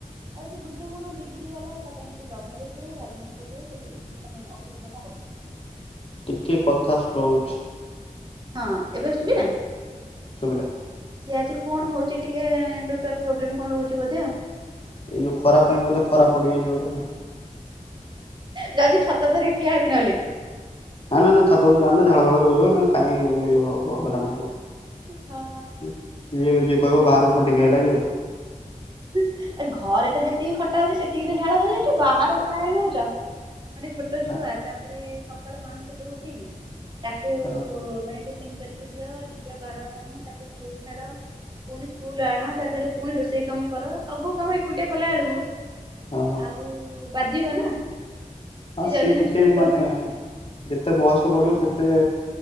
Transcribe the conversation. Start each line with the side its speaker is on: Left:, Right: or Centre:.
Right: ଆଉ ଯଦି ବୁଝାମଣା ବିଗିଡି ଗଲା ସେଟା ତେଣିକିଲଭ ମ୍ୟାରେଜ ହୋଉ ଆରେଞ୍ଜ ମ୍ୟାରେଜ ହୋଉ ସେଠି ମାନେ ଅସୁବିଧା ଟା ହବ।
Left: ଟିକିଏ କଥା ସ୍ଲୋ ହୋଉଚି।
Right: ହଁ ଏବେ ଶୁଭିଲା?
Left: ଶୁଭିଲା।
Right: ସି ଆଜି କଣ ହୋଉଚି ଟିକିଏ ନେଟୱାର୍କ ପ୍ରୋବ୍ଲେମ୍ କଣ ରହୁଚିବୋଧେ ଆଉ।
Left: ଏଇ ଯୋଉ ଖରା ପାଇଁ ବୋଧେ ଖରା ପଡି ଯାଇଚି ବୋଧେ ନା।
Right: ଯଜି ଛତା ଧରିକି ଠିଆ ହେବି ନହେଲେ।
Left: ନା ନା ନା ଛାତ ଓପୋରକୁ ଯାନା ଝାଳ ଫାଳ ବୋହିବ ଏନେ କାଇଁ ଇଏ ହବ ହଇରାଣ ହବ।
Right: ହଁ
Left: ଇଏ ଯଦି କହିବ
Right: ସେଇ
Left: ବାହାରକୁ ଖଟି କି ଆଇଲାକି ଆଉ।
Right: ଏ ଘରେ ତ ଯେତିକି ଖଟା ହୋଉଚି ସେତିକିରେ ଝାଳ ବୋହିଯାଉଚି। ବାହାର କଥା କାଇଁ କହୁଚ। ମାନେ ଛୋଟ
Left: ନା
Right: ଛୁଆ ତାପରେ ସକାଳ ପାଞ୍ଚ ଟାରୁ ଉଠିକି ତାକୁ
Left: ହ <inaudible>
Right: ପୁଅ ପାଇଁ ଟିଫିନ୍ କରିକି ଦିଅ। ନିଜ ଘର କାମ ତାକୁ ସ୍କୁଲ ଛାଡ। ପୁଣି ସ୍କୁଲ ଆଣ ତାଦେହରେ ପୁଣି ରୋଷେଇ। ସେଇ କାମ କର ସବୁ କାମ ଏକୁଟିଆ କଲା ବେଳକୁ
Left: ହଁ ହଁ
Right: ଆଉ ବାଧିବ ନା।
Left: ଆଉ ସିଏ
Right: ଯାଉଛି ନା
Left: ଟିକିଏ
Right: ସ୍କୁଲ
Left: ମାନେ
Right: ଯାଉଛି
Left: ଯେତେ ବୟସ ବଢିବ ସେତେ